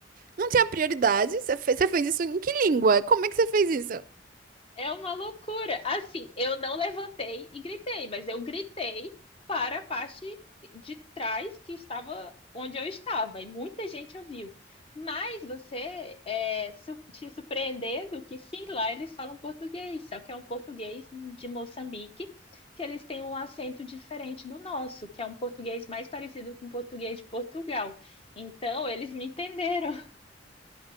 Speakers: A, on the right; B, on the left.
A: não tinha prioridade? Você fez, você fez isso em que língua? Como é que você fez isso?
B: É uma loucura. Assim, eu não levantei e gritei, mas eu gritei para a parte de trás que estava onde eu estava, e muita gente ouviu. Mas você é, su- te surpreendendo que sim, lá eles falam português, só que é um português de Moçambique, que eles têm um acento diferente do nosso, que é um português mais parecido com o português de Portugal. Então, eles me entenderam.